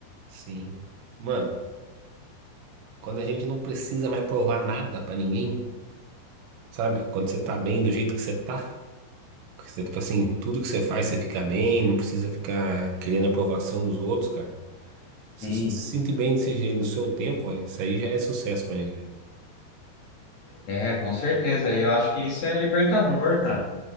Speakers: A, on the right; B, on the left.
A: sim. Mano, Quando a gente não precisa mais provar nada pra ninguém, sabe? Quando você tá bem do jeito que você tá, que você, tipo assim, tudo que você faz você fica bem, não precisa ficar querendo a aprovação dos outros, cara. Se
B: Sim,
A: você se sente bem desse jeito no seu tempo, véi, isso aí já é sucesso pra mim, velho.
B: é, com certeza. E eu acho que isso é libertador, cara.